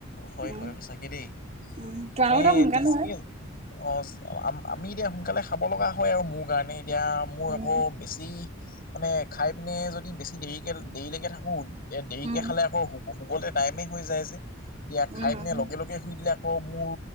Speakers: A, on the left; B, on the right.
A: হয়,
B: উম
A: হয়, সচাকে দেই।
B: উম তোমালোকৰতো
A: মানে
B: সোনকালে
A: <unintelligible>
B: হয়
A: অ, আমি এতিয়া সোনকালে খাব লগা হয় আৰু মোৰ কাৰণে। এতিয়া মোৰ
B: উম
A: আকৌ বেছি মানে, খাই পিনে যদি বেছি দেৰিকে দেৰিলৈকে থাকোঁ এতিয়া দেৰিকে
B: উম
A: খালে আকৌ শু-শুবলৈ টাইমেই হৈ যায় যে, এতিয়া খাই
B: উম
A: পিনে
B: উম
A: লগে-লগে শুই দিলে আকৌ, মোৰ